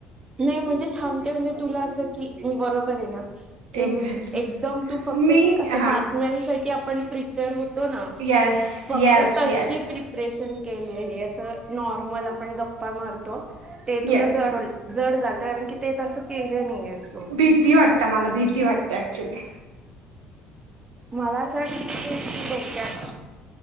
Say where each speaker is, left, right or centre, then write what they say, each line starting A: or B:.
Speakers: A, on the right; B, on the right.
A: नाही म्हणजे थांबते म्हणजे, तुला अस की मी बरोबर आहे ना. कि
B: एक्झॅक्टली
A: मी एकदम तू फक्त
B: मी
A: नाही कस
B: हा
A: बातम्यांसाठी आपण प्री प्रेर होतो ना
B: येस
A: फक्त
B: येस
A: तशी
B: येस
A: प्री प्रेपरेशन केलीये हे अस नॉर्मल आपण गप्पा मारतो. ते तुला
B: येस
A: जड होईल. जड जात आणि आणखी ते तस केल नाहीेयस तु.
B: किती वाट आता मला भीती वाटते ऍक्च्युअली.
A: मला अस वाट की डोक्यात